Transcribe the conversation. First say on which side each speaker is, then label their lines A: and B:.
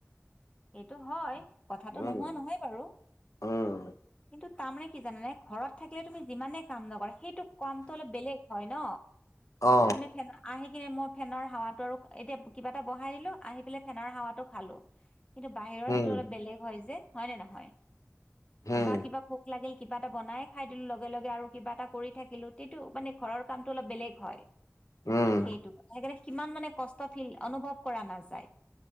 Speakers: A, on the left; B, on the left.
A: সেইটো হয় কথাটো
B: উম
A: নোহোৱা নহয় বাৰু
B: উম
A: কিন্তু তাৰমানৰে কি জানে নাই ঘৰত থাকিলে তুমি যিমানে কাম নকৰে সেইটোক কামটো অলপ বেলেগ হয় ন
B: অ
A: তাৰমানে ফে আহি কিনে মই ফেনৰ হাৱাটো আৰু এতিয়া কিবা এটা বহাই দিলোঁ আহি পেলাই ফেনৰ হাৱাটো খালোঁ। কিন্তু বাহিৰৰ
B: উম
A: সেইটো অলপ বেলেগ হয় যে হয়নে নহয়
B: উম
A: বা কিবা ভোক লাগিল কিবা এটা বনাই খাই দিলো লগে লগে আৰু কিবা এটা কৰি থাকিলো সেইটো মানে ঘৰৰ কামটো অলপ বেলেগ হয়
B: উম
A: সেইটো সেইকাৰণে সিমান মানে কষ্ট ফিল অনুভৱ কৰা নাযায়